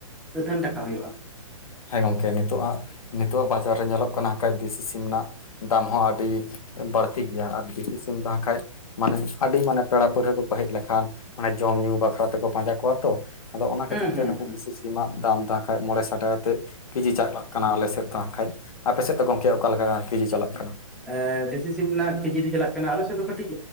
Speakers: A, in the centre; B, on the left.
A: ᱟᱹᱛᱷᱟᱹᱱ ᱴᱟᱠᱟ ᱦᱩᱭᱩᱜ-ᱟ᱾
B: ᱦᱮᱸ ᱜᱚᱝᱠᱮ ᱱᱤᱛᱚᱜ ᱟᱜ ᱱᱤᱛᱳᱜ-ᱟᱜ ᱵᱟᱡᱟᱨ ᱨᱮ ᱧᱮᱞᱚᱜ ᱠᱟᱱᱟ ᱦᱟᱸᱜ ᱠᱷᱟᱡ ᱫᱮᱥᱤ ᱥᱤᱢ ᱨᱮᱱᱟᱜ ᱫᱟᱢ ᱦᱚᱸ ᱟᱹᱰᱤ ᱵᱟᱹᱲᱛᱤ ᱜᱮᱭᱟ ᱟᱨ ᱫᱮᱥᱤ ᱥᱤᱢ ᱛᱟᱦᱮᱸ ᱠᱷᱟᱡ <unintelligible> ᱟᱹᱰᱤ ᱢᱟᱱᱮ ᱯᱮᱲᱟ ᱯᱟᱹᱲᱦᱟᱹ ᱠᱚᱠᱚ ᱦᱮᱡ ᱞᱮᱠᱷᱟᱱ ᱢᱟᱱᱮ ᱡᱚᱢ, ᱧᱩ ᱵᱟᱠᱷᱨᱟ ᱛᱮᱠᱚ ᱯᱟᱸᱡᱟ ᱠᱚᱣᱟ᱾ ᱛᱚ ᱟᱫᱚ ᱚᱱᱟ ᱠᱷᱟᱹᱛᱤᱨ
A: ᱦᱩᱸ ᱦᱩᱸ
B: ᱛᱮ ᱱᱩᱠᱩ
A: ᱦᱩᱸ
B: ᱫᱮᱥᱤ ᱥᱤᱢ-ᱟᱜ ᱫᱟᱢ ᱛᱟᱦᱮᱸ ᱠᱷᱟᱡ ᱢᱚᱬᱮ ᱥᱟᱭ ᱴᱟᱠᱟ ᱠᱟᱛᱮᱫ᱾ ᱠᱮᱡᱤ ᱪᱟᱞᱟᱜ ᱠᱟᱱᱟ ᱟᱞᱮ ᱥᱮᱫ ᱫᱚ ᱦᱟᱸᱜ ᱠᱷᱟᱡ ᱟᱯᱮ ᱥᱮᱫ ᱫᱚ ᱜᱚᱝᱠᱮ ᱚᱠᱟ ᱞᱮᱠᱟ ᱠᱮᱡᱤ ᱪᱟᱞᱟᱜ ᱠᱟᱱᱟ?
A: ᱮ ᱫᱮᱥᱤ ᱥᱤᱢ ᱨᱮᱱᱟᱜ ᱠᱮᱡᱤ ᱫᱚ ᱪᱟᱞᱟᱜ ᱠᱟᱱᱟ ᱟᱞᱮ ᱥᱮᱫ ᱫᱚ ᱠᱟᱹᱴᱤᱡ